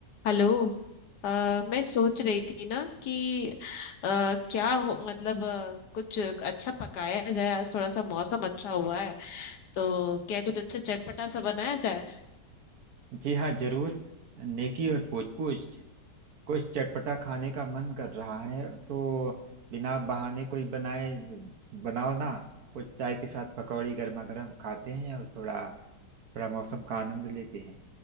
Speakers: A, on the left; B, on the right.
A: Hello अ, मैं सोच रही थी ना कि अ, क्या हो मतलब अ, कुछ अच्छा पकाया जाए आज थोड़ा सा मौसम अच्छा हुआ है तो क्या कुछ अच्छा चटपटा सा बनाया जाए
B: जी हाँ जरूर नेकी और पूछ पूछ कुछ चटपटा खाने का मन कर रहा है तो बिना बहाने कोई बनाए बनाओ ना कुछ चाय के साथ पकौड़ी गर्मा गर्म खाते हैं और थोड़ा थोड़ा मौसम का आनंद लेते हैं